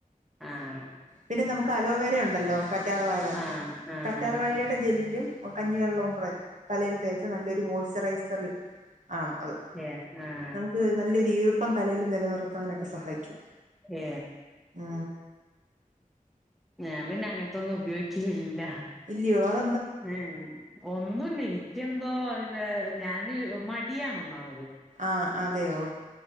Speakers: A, in the centre; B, on the right.
A: ആഹ്
B: പിന്നെ നമു ക്കലോവേര ഉണ്ടല്ലോ കറ്റാർവാഴ
A: ആഹ് ആഹ്
B: കറ്റാർ വഴയുടെ ജെല്ലും കഞ്ഞിവെള്ളവും കൂടെ തലൽ തേച്ച നല്ലൊരു മോയ്സ്ചറൈസർ ആണ് അത്
A: ഏഹ് ആഹ്
B: നമുക്ക് നല്ലൊരു ഈർ ഇപ്പം തലേല് നിലനിർത്താനൊക്കെ സഹായിക്കും
A: ഏ
B: ആ
A: ഞാൻ പിന്നെ അങ്ങനത്തൊന്നും ഉപയോഗിക്കില്ലില്ല
B: ഇല്ലയോ അത
A: ഉം ഒന്നുംല്ല നിക്കെന്തോ പിന്ന ഞാന് മടിയാണ് ഒന്നാമത്
B: ആ അതെയോ